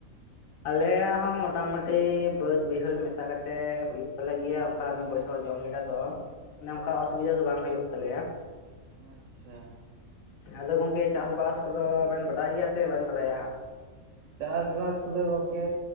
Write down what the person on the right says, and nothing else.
ᱟᱪᱪᱷᱟ
ᱪᱟᱥ ᱵᱟᱥ ᱠᱚᱫᱚ ᱜᱚᱝᱠᱮ